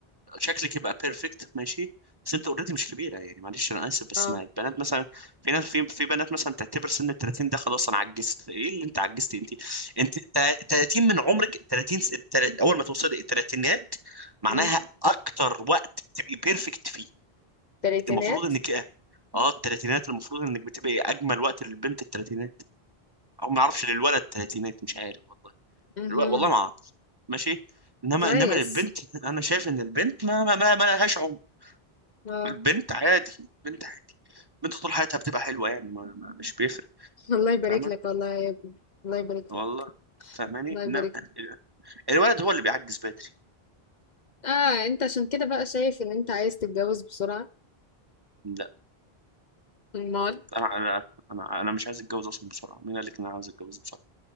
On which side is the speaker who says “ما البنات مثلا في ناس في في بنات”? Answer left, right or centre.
Right